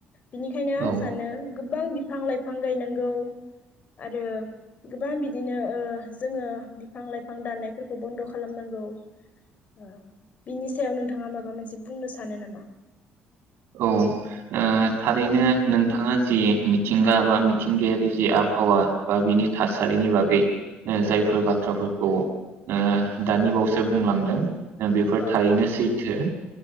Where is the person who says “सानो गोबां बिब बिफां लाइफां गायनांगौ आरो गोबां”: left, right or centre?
Left